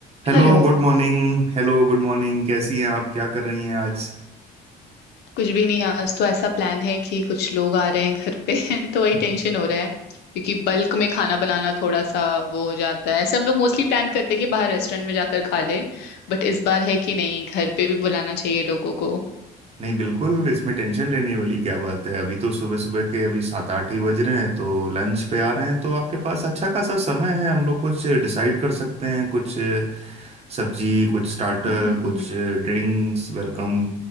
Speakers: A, on the right; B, on the left.
A: Hello
B: Hello
A: good morning Hello good morning कैसी हैं आप क्या कर रही हैं आज
B: कुछ भी नहीं आज तो ऐसा प्लान है कि कुछ लोग आ रहे हैं घर पे <laughs> तो वही
A: <laughs>
B: टेंशन हो रहा है क्योंकि बल्क में खाना बनाना थोड़ा सा वो हो जाता है ऐसे हम लोग मोस्टली प्लान करते हैं कि बाहर रेस्टोरेंट में जाकर खा ले बट इस बार है कि नहीं घर पे भी बुलाना चाहिए लोगों को
A: नहीं बिल्कुल इसमें टेंशन लेने वाली क्या बात है अभी तो सुबह सुबह के अभी सात आठ ही बज रहे हैं तो लंच पे आ रहे हैं तो आपके पास अच्छा खासा समय है हम लोग कुछ डिसाइड कर सकते हैं कुछ सब्जी कुछ स्टार्टर
B: हम्म
A: कुछ ड्रिंक्स वेलकम